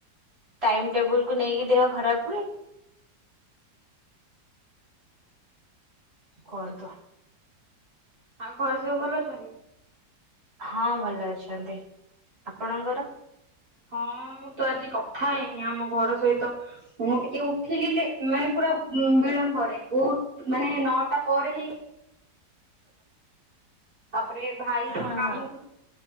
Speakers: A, on the right (about 35°); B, on the right (about 55°).
A: ଟାଇମ ଟେବୁଲ କୁ ନେଇକି ଦେହ ଖରାପ ହୁଏ। କରତ।
B: ଆଉ ଘରେ ସବୁ ଭଲ ଅଛନ୍ତି?
A: ହଁ ଭଲ ଅଛନ୍ତି ଆପଣଙ୍କର?
B: ହଁ ମୁଁ ତ ଆଜି କଥା ହେଇନି ଆମ ଘର ସହିତ ମୁଁ ଟିକେ ଉଠିଲି ମାନେ ବିଳମ୍ବରେ ବହୁତ ମାନେ ନଅଟା ପରେ ହିଁ ତାପରେ ଭାଇର
A: ହଁ
B: କାମ
A: ହଁ